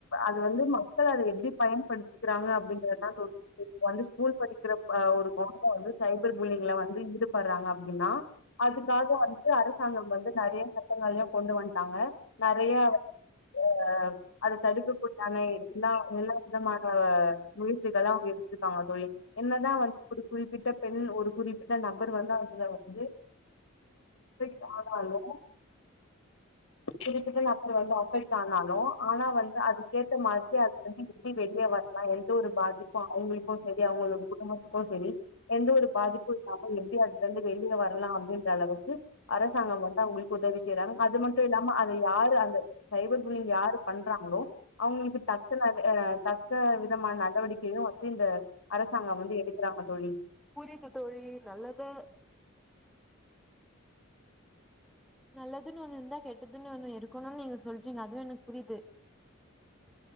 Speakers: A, on the left; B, in the centre.
A: அது வந் ந்து மக்கள் அத எப்டி பயன்படுத்துறாங்க அப்டிங்கறதா தோழி வந்து ஸ்கூல் படிக்கிற‌ அ ஒரு கொழந்த வந்து சைபர் புல்லிங்குல வந்து ஈடுபடுறாங்க னா அதுக்காக வந்து அரசாங்கம் வந்து நறையா சட்டங்களையு கொண்டு வன்டாங்க நறையா அ அத தடுக்க <unintelligible> எல்லா எல்லா விதமான முயற்சிகளா அவங்க எடுத்துருக்காங்க தோழி என்னதா வந்து ஒரு குறிப்பிட்ட பெண் ஒரு குறிப்பிட்ட நபர் வந்து அவ் ங்கள வந்து <inaudible> ஆனாலு <unintelligible> வந்து அஃபெக்ட் ஆனாலு ஆனா வந்து அதுக்கேத்த மாதிரி அது வந்து எப்டி வெளிய வர்லா எந்த ஒரு பாதிப்பு அவங்களுக்கு சேரி அவங்களோட குடும்பத்துக்கு சேரி எந்த ஒரு பாதிப்பு இல்லாம எப்டி அது வெளிய வர்லா அப்டின்ற அளவுக்கு அரசாங்கம் வந்து அவங்களுக்கு உதவி செய்யறாங்க அது மன் ட்டு நம்ம அத யாரு அந்த சைபர் புல்லிங் யாரு பண்றாங்களோ அவங்களுக்கு தக்க தக்க விதமான நடவடிக்கையு வந்து இந்த அரசாங்கம் வந்து எடுக்குறாங்க தோழி
B: புரியுது தோழி நல்லது நல்லதுன் ஒண்ணு இருந்தா கெட்டதுன் ஒண்ணு இருக்கணுன் நீங்க சொல்றீங்க அதுவு எனக்கு புரிது